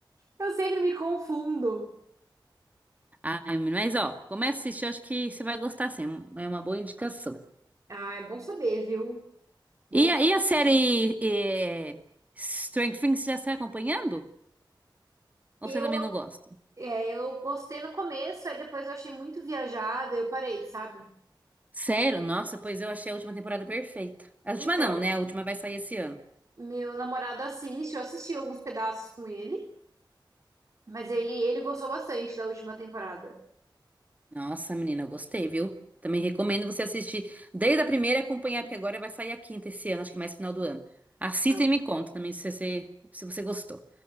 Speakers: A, on the right (about 40°); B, on the right (about 20°).
A: eu sempre me confundo.
B: Ah, ai, mas ó, começa a assistir, acho que você vai gostar, sim, é uma boa indicação.
A: Ah, é bom saber, viu? Bom,
B: E,
A: sa-
B: a- e a série eh, Stranger Things, já está acompanhando? Ou
A: eu,
B: você também não gosta?
A: é, eu gostei no começo, aí depois eu achei muito viajada, eu parei, sabe?
B: Sério? Nossa, pois eu achei a última temporada perfeita. A última
A: Então,
B: não, né? A última vai sair esse ano.
A: meu namorado assiste, eu assisti alguns pedaços com ele, mas ele, ele gostou bastante da última temporada.
B: Nossa, menina, eu gostei, viu? Também recomendo você assistir desde a primeira e acompanhar, porque agora vai sair a quinta esse ano, acho que mais final do ano. Assista
A: Eu,
B: e me conta também se você, se você gostou.